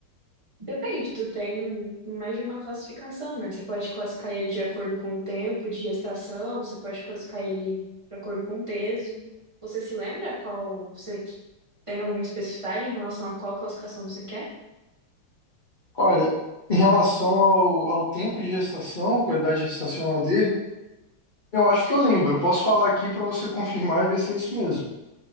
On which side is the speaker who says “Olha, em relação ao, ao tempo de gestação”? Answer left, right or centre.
Left